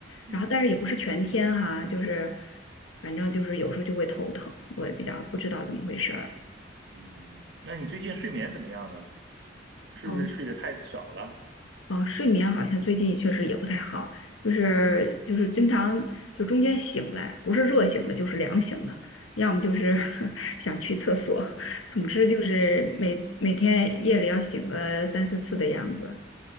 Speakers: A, on the right; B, on the left.
A: 嗯
B: 然后但是也不是全天哈、就是反正就是有时候就会头疼，我也比较不知道怎么回事儿。
A: 嗯，那你最近睡眠怎么样呢？是不是睡得太少了？
B: 哦哦，睡眠好像最近确实也不太好，就是就是经常就中间醒来，不是热醒了就是凉醒了，要么就是 <laughs> 想去厕所，总之就是每每天夜里要醒个三四次的样子。